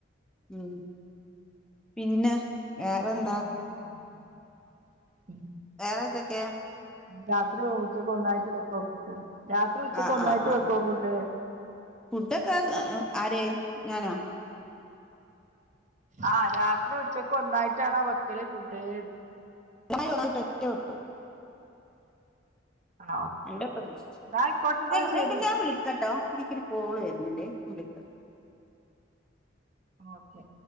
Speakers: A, in the centre; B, on the right.
A: ഉം പിന്നെ വേറെന്താ
B: ഉം ഓക്കെ ആഹ് ഉം
A: വേറെന്തക്കേ
B: രാത്രി ഉച്ചക്ക് ഒന്നായിട്ട് വെക്കോ ഓഫ് രാത്രി ഉച്ചക്ക്
A: ആഹ്
B: ഒന്നായിട്ട്
A: ആഹ് ആഹ്
B: വെക്കോ ഫുഡ്‌
A: ഫുഡൊക്കെ <unintelligible> ആര് ഞാനൊ
B: ആഹ് രാത്രി ഉച്ചക്ക് ഒന്നായിട്ടാണോ വെക്കല് ഫുഡ്ന്ന്
A: ഒന്നായി <unintelligible> ഒറ്റവെപ്പ്
B: ആ ഓക്കെ.
A: എന്റെപ്പതിന്നും
B: എന്നാ ആയിക്കോട്ടെ എന്നാ
A: <unintelligible>
B: ശരി
A: ഞാൻ വിളിക്കട്ടോ ഇതീക്കൊരു കോള് വര്ന്നുണ്ടേ ഞാൻ വിളിക്കാ
B: ഓക്കെ